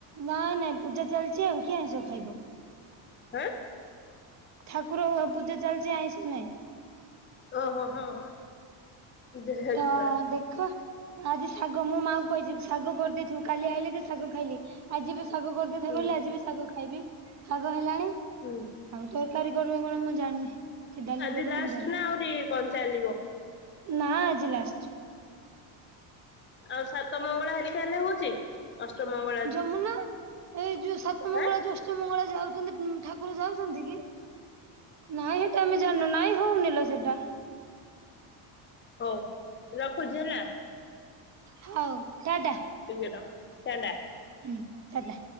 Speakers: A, on the right; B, on the left.
A: ନାଇଁ ନାଇଁ ପୂଜା ଚାଲିଚି ଆଉ କିଏ ଆଁଇସ ଖାଇବ।
B: ହାଁ।
A: ଠାକୁର ପୂଜା ଚାଲିଚି ଆଁଇସ ନାହିଁ।
B: ଓ ହୋ ହଁ ହଁ। ଝାରୁଛି
A: ତ
B: ପରା
A: ଦେଖ। ଆଜି ଶାଗ ମୋ ମାଆକୁ କହିଛି ଶାଗ କରିଦେଇଥିବୁ କାଲି ଆଇଲି ଯେ ଶାଗ ଖାଇଲି। ଆଜି ବି ଶାଗ କରିଦେଇଥା
B: ହୁଁ
A: କହିଲେ ଆଜି ବି ଶାଗ ଖାଇବି ଶାଗ ହେଲାଣି।
B: ହୁଁ।
A: ଆଉ ତରକାରୀ କରିବ କଣ ମୁଁ ଜାଣିନି। କି ଡାଲି
B: ଆଜି
A: କରିବ
B: ଲାଷ୍ଟେ
A: ମୁଁ ଜାଣିନି।
B: ନା ଆଉ ଟିକେ କଣ ଚାଲିବ?
A: ନା ଆଜି ଲାଷ୍ଟେ।
B: ଆଉ ସାତ ମଙ୍ଗଳା ହେରିକା ହେଲେ ହୋଉଚି? ଅଷ୍ଟମଙ୍ଗଳ
A: ଯମୁନା ଏଇ ଯୋଉ ସାତ ମଙ୍ଗଳା
B: ଆଁ
A: ଯୋଉ ସାତ ମଙ୍ଗଳା ଯାଉଚନ୍ତି ଠାକୁର ଯାଉଚନ୍ତି କି? ନାଇଁ ସେଇଟା ଆମେ ଜାଣିନୁ ନାଇଁ ହଉନି ଲୋ ସେଇଟା।
B: ହୋଉ ରଖୁଚି ହେଲା।
A: ହଉ ଟାଆଟାଆ।
B: ଟିକେ ର ଟା ଟା।
A: ହୁଁ ଟାଟା।